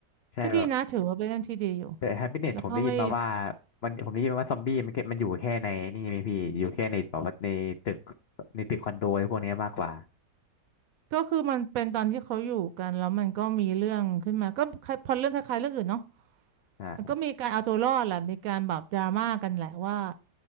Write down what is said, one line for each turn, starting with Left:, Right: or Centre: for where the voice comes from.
Left: ใช่แบบ
Right: ก็ดีนะถือว่าเป็นเรื่องที่ดีอยู่
Left: แต่แฮปปี้เน็ตผมได้ยินมาว่า
Right: แล้วก็ไม่
Left: มันผมได้ยินมาว่าซอมบี้มันแค่มันอยู่แค่ในนี่ไหมพี่อยู่แค่ในแบบว่าในตึกในตึกคอนโดอะไรพวกเนี้ยมากกว่า
Right: ก็คือมันเป็นตอนที่เขาอยู่กันแล้วมันก็มีเรื่องขึ้นมาก็คล้ายพอเรื่องคล้ายๆเรื่องอื่นเนาะ
Left: อ่า
Right: มันก็มีการเอาตัวรอดแหละมีการแบบดราม่ากันแหละว่า